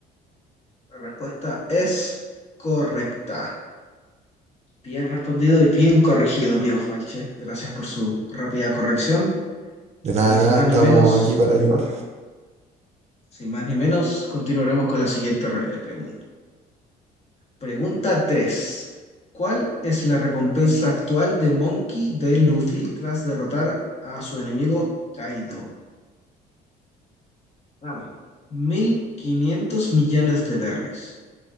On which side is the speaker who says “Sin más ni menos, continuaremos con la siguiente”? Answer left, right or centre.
Left